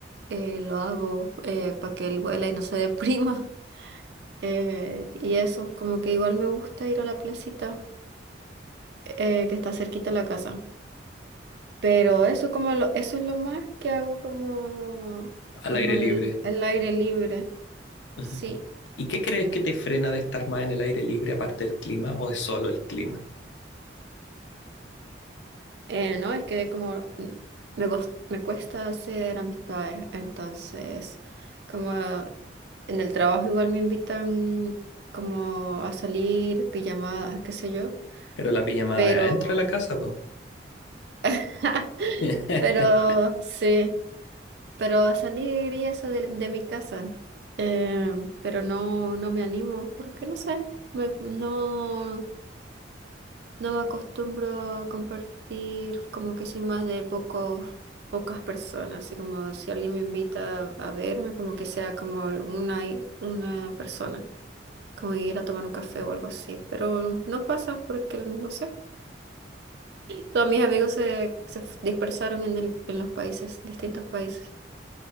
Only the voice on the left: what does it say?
al
aire
libre.
Ujú.
¿Y qué crees que te frena de estar más en el aire libre aparte del clima o es solo el clima?
Pero la pijamada
es adentro de la casa, pues.
<laughs>